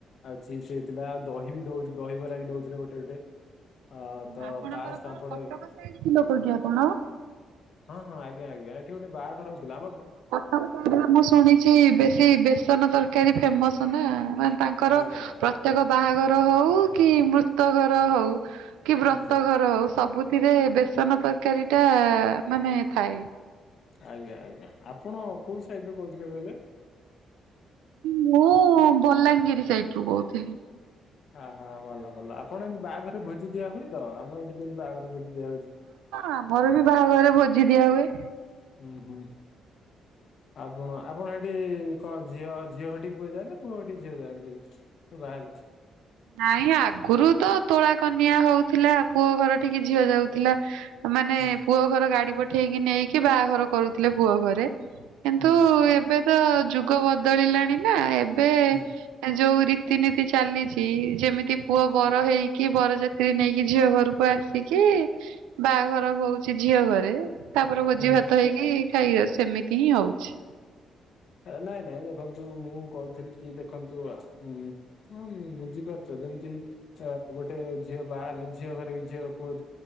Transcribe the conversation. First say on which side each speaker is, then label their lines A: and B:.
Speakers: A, on the left (about 65°); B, on the right (about 85°).
A: ଆଉ ଚିପ୍ସ ହେଇଥିଲା ଆଉ ଦହି ବି ଦହିବରା ବି ଦଉଥିଲେ ଗୋଟେ ଗୋଟେ- ଅ ତ
B: ଆପଣଙ୍କର
A: ପାସ୍
B: କଣ
A: ପାମ୍ପଡ
B: କଟକ ସାଇଡ କିଲୋ କରୁଛି ଆପଣ-
A: ହଁ ହଁ ଆଜ୍ଞା ଆଜ୍ଞା ଏଠି ଗୋଟେ ବାହାଘର ହଉଥିଲା ଆମ-
B: ଆଉ ମୁଁ ଶୁଣିଛି ବେଶୀ ବେସନ ତରକାରୀ ଫେମସ ନା ମ- ତାଙ୍କର
A: ଆଜ୍ଞା ଆଜ୍ଞା
B: ପ୍ରତ୍ୟେକ ବାହାଘର ହଉ କି ମୃତ ଘର ହଉ, କି ବ୍ରତଘର
A: ହୁଁ
B: ହଉ ସବୁଥିରେ ବେସନ ତରକାରୀ ଟା ମାନେ ଥାଏ।
A: ଆଜ୍ଞା ଆଜ୍ଞା ଆପଣ କୋଉ ସାଇଡ ରୁ କହୁଥିଲେ କହିଲେ।
B: ମୁଁ ବଲାଙ୍ଗିର ସାଇଡ ରୁ କହୁଥିଲି।
A: ଆହୋ ଭଲ ଭଲ ଆପଣ ଏମତି ବାହାଘରେ ଭୋଜି ଦିଆ ହୁଏ ତ ଆମର ଏଠି ଯେମିତି ବାହାଘରେ ଭୋଜି ଦିଆ ହଉଛି।
B: ଆମର ବି ବାହାଘର ଭୋଜି ଦିଆ ହୁଏ।
A: ହୁଁ ହୁଁ। ଆପଣ ଆପଣ ସେଠି କଣ ଝିଅ ଝିଅ ସେଠି ପୁଅ ଯାଏ ନା ପୁଅଠିକି ଝିଅ ଯାଆନ୍ତି। ବାହା ହେଲେ
B: ନାଇଁ ଆଗରୁ ତ ତୋଳା କନିଆ ହଉଥିଲା ପୁଅ ଘର ଠିକି ଝିଅ ଯାଉଥିଲା। ମାନେ
A: ହୁଁ
B: ପୁଅ ଘର ଗାଡି ପଠେଇକି ନେଇକି ବାହାଘର କରୁଥିଲେ ପୁଅ ଘରେ- କିନ୍ତୁ
A: ହୁଁ
B: ଏବେ ତ ଯୁଗ ବଦଳିଲାଣି ନା ଏବେ-
A: ହୁଁ
B: ଯୋଉ ରୀତିନୀତି ଚାଲିଛି ଯେମିତି ପୁଅ? ବର ହେଇକି ବରଯାତ୍ରୀ ନେଇକି ଝିଅ ଘରକୁ ଆସିକି- ବାହାଘର ହଉଛି ଝିଅ ଘରେ ତାପରେ
A: ହୁଁ।
B: ଭୋଜି ଭାତ ହେଇକି ଖାଇକି ଯାଉଛି ସେମିତି ହିଁ ହଉଛି।
A: ନାଇଁ ନାଇଁ ଦେଖନ୍ତୁ ମୁଁ କହୁଥିଲି କି ଦେଖନ୍ତୁ। ହଁ ବୁଝିପାରୁଛ ଯେମିତି- ଅ ଗୋଟେ ଝିଅ ବାହା ହେଲେ ଝିଅ ଘରେ ବି ଝିଅର ପୁଅ